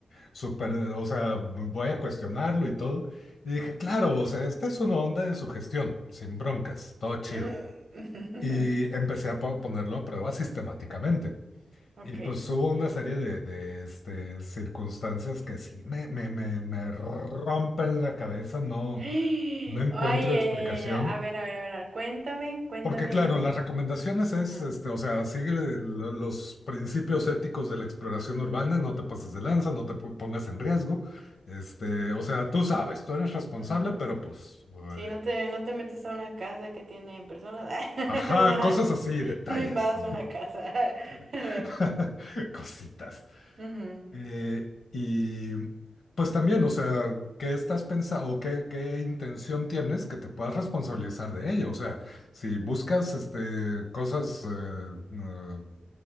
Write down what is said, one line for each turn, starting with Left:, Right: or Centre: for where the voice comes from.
Left: súper, o sea, voy a cuestionarlo y todo. Y dije, claro, o sea, esta es una onda de sugestión, sin broncas, todo chido.
Right: Mm.
Left: Y empecé a po- ponerlo a prueba sistemáticamente.
Right: <laughs> Ok.
Left: Y pues hubo una serie de, de, este, circunstancias que sí me, me, me, me rompen la cabeza, no,
Right: <gasps> Ay,
Left: no encuentro
Right: ay,
Left: explicación.
Right: ay, ay, ay, a ver, a ver, a ver, a ver, cuéntame, cuéntame.
Left: Porque claro, las recomendaciones
Right: Ujú,
Left: es, este, o sea, sigue lo- los principios éticos de la exploración urbana, no te pases de lanza, no te po- pongas en riesgo, este,
Right: ujú.
Left: o sea, tú sabes, tú eres responsable,
Right: Mm.
Left: pero pues,
Right: Sí,
Left: eh,
Right: no te, no te metes a una casa que tiene personas. <laughs>
Left: ajá, cosas así, detalles,
Right: No invadas una casa.
Left: <laughs>
Right: <laughs>
Left: cositas.
Right: Ujú.
Left: Eh, y pues también, o sea, ¿qué estás pensando o qué, qué intención tienes que te puedas responsabilizar de ello? O sea, si buscas, este, cosas... eh, eh,